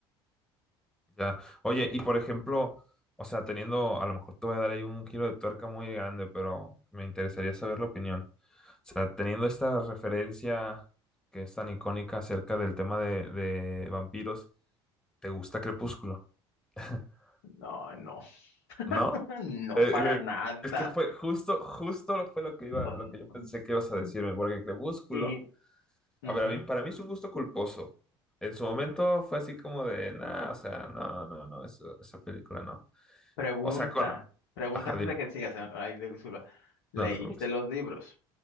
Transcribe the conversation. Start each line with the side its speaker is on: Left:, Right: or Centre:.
Centre: Ya. Oye, y por ejemplo, o sea, teniendo, a lo mejor te voy a dar ahí un giro de tuerca muy grande, pero me interesaría saber la opinión. O sea, teniendo esta referencia que es tan icónica acerca del tema de, de vampiros, ¿te gusta Crepúsculo? <laughs>
Left: No, no,
Centre: ¿No?
Left: <laughs> no
Centre: Eh,
Left: para
Centre: eh,
Left: nada.
Centre: es que fue justo, justo lo- fue lo que iba,
Left: <laughs>
Centre: lo que yo pensé que ibas a
Left: Ujú.
Centre: decirme, porque Crepúsculo,
Left: Y ujú,
Centre: a ver, a mí, para mí es un gusto culposo. En su momento fue así como de, nada, o sea, no, no, no, eso- esa película no.
Left: pregunta,
Centre: O sea, con...
Left: pregunta
Centre: Ajá,
Left: antes
Centre: dime.
Left: de que sigas, eh, ay, disculpa, ¿leíste
Centre: No te preocupes.
Left: los libros?